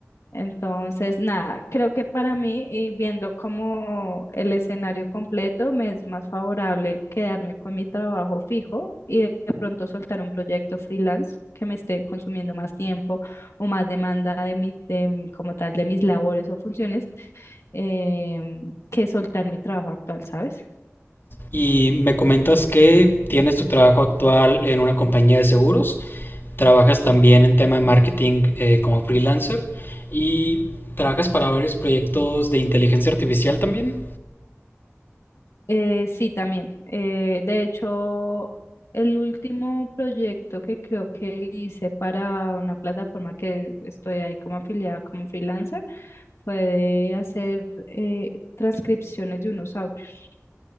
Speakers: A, on the left; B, on the left.
A: Entonces, nada, creo que para mí, y viendo como el escenario completo, me es más favorable quedarme con mi trabajo fijo y de de pronto soltar un proyecto freelance que me esté consumiendo más tiempo o más demanda de mi, de, como tal de mis labores o funciones, em, que soltar mi trabajo actual, ¿sabes?
B: Y me comentas que tienes tu trabajo actual en una compañía de seguros, trabajas también en tema
A: Sí,
B: de marketing eh, como freelancer y trabajas para varios proyectos de inteligencia artificial también.
A: Eh, sí, también. Eh, de hecho, el último proyecto que creo que hice para una plataforma que estoy ahí como afiliada, como freelancer, fue de hacer eh, transcripciones de unos audios.